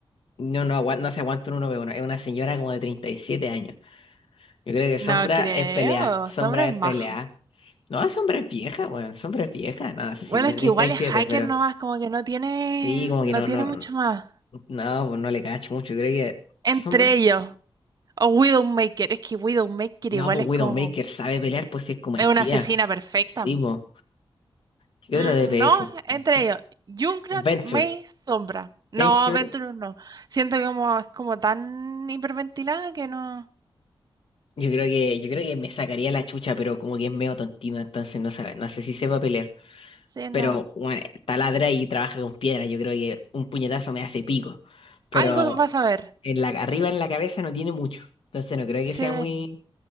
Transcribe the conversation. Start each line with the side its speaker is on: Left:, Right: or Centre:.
Left: no, no, agua- no se aguanta un uno ve uno. Es una señora como de 37 años. Yo creo que Sombra
Right: No creo,
Left: es pelea. Sombra
Right: sombra es
Left: es
Right: más
Left: pelea. No, Sombra es vieja, weón. Sombra es vieja. No, no sé
Right: Bueno,
Left: si tiene
Right: es
Left: treinta
Right: que igual
Left: y siete
Right: es hacker
Left: pero
Right: nomás, como que no tiene,
Left: sí, como que
Right: no
Left: no,
Right: tiene
Left: no,
Right: mucho más.
Left: no, pues no le cacho mucho. Yo creo que
Right: Entre
Left: Sombra.
Right: ellos, o Widowmaker, es que Widowmaker
Left: No,
Right: igual
Left: pues
Right: es
Left: Widowmaker
Right: como,
Left: sabe pelear, pues si es como espía.
Right: es una asesina perfecta.
Left: Sí, pues. ¿Qué
Right: Mm,
Left: otro DPS
Right: no,
Left: existe?
Right: entre ellos, Junkrat,
Left: Venture.
Right: May, Sombra. No,
Left: Venture,
Right: Venturus no. Siento que como, es como tan hiperventilada que no,
Left: yo creo que, yo creo que me sacaría la chucha, pero como que es medio tontino, entonces no sabe, no sé si sepa pelear.
Right: sí, no.
Left: Pero bueno, taladra y trabaja con piedra. Yo creo que un puñetazo me hace pico. Pero.
Right: Algo vas a ver.
Left: en la, arriba en la cabeza no tiene mucho. Entonces no creo que
Right: Sí.
Left: sea muy,